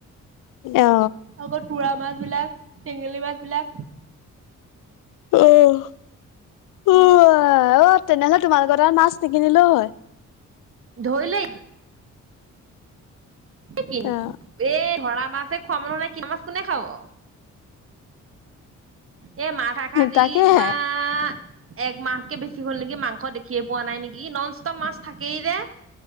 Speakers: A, on the left (about 90°); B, on the right (about 45°).
A: অ
B: আকৌ তোৰা মাছ, বিলাক টেঙেলী মাছ, বিলাক
A: আহ উ অ তেনেহলে তোমালোকত আৰু মাছ নিকিনিলেও হয়
B: ধৰিলে কি এই
A: অ
B: ধৰা মাছে খোৱা মানুহ নাই কি মাছ কোনে খাব। এ মাছ এষাৰ দি
A: তাকেহে
B: তোমাৰ একমাহ তকে বেছি হ'ল নেকি মাংস দেখিয়ে পোৱা নাই নেকি নন ষ্টপ মাছ থাকেই যে।